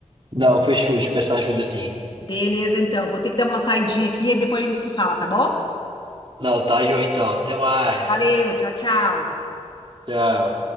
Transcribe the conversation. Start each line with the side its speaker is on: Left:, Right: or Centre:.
Right: Não, fechou, te peço ajuda sim.
Left: Beleza, então. Vou ter que dar uma saidinha aqui e depois a gente se fala, tá bom?
Right: Não, tá, João, então. Até mais.
Left: Valeu, tchau, tchau.
Right: Tchau.